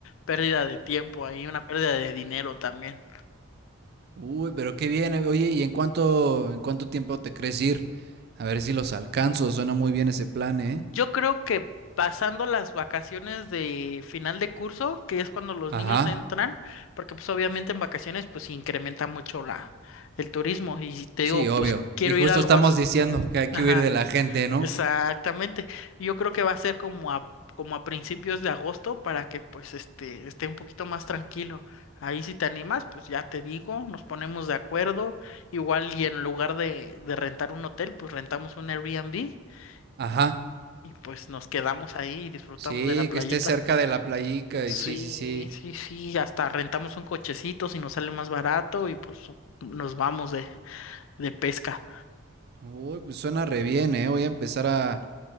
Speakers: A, on the left (about 70°); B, on the right (about 50°).
A: pérdida de tiempo ahí, una pérdida de dinero también.
B: Uy, pero qué bien. eh, Oye, ¿y en cuánto, en cuánto tiempo te crees ir? A ver si los alcanzo. Suena muy bien ese plan, ¿eh?
A: Yo creo que pasando las vacaciones de final de curso, que es cuando los
B: Ajá.
A: niños entran, porque pues obviamente en vacaciones pues incrementa mucho la el turismo y te digo,
B: Sí, obvio.
A: pues quiero
B: Y justo
A: ir a algo
B: estamos
A: así.
B: diciendo que hay que
A: Ajá,
B: huir de la gente, ¿no?
A: exactamente. Yo creo que va a ser como a como a principios de agosto para que pues este esté un poquito más tranquilo. Ahí si te animas, pues ya te digo, nos ponemos de acuerdo. Igual y en lugar de, de rentar un hotel, pues rentamos un Airbnb
B: Ajá.
A: y, y pues nos quedamos ahí y disfrutamos
B: Sí,
A: de la playita.
B: que esté cerca de la playica
A: Sí,
B: y sí, sí, sí.
A: sí, sí, hasta rentamos un cochecito si nos sale más barato y pues nos vamos de, de pesca.
B: Uy, pues suena re bien, ¿eh? Voy a empezar a,